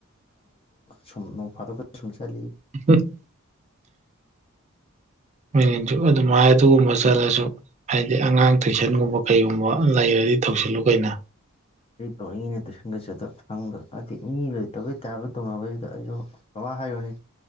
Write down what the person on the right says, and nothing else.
ꯑꯍꯝ <inaudible> <unintelligible> <unintelligible> ꯑꯗꯨꯃꯥꯏ ꯑꯗꯨꯒꯨꯝꯕ ꯆꯠꯂꯁꯨ꯫ ꯍꯥꯏꯗꯤ ꯑꯉꯥꯡ ꯇꯨꯏꯁꯟꯒꯨꯝꯕ ꯀꯩꯒꯨꯝꯕ ꯂꯩꯔꯗꯤ ꯇꯧꯁꯤꯜꯂꯨ ꯀꯩꯅꯣ꯫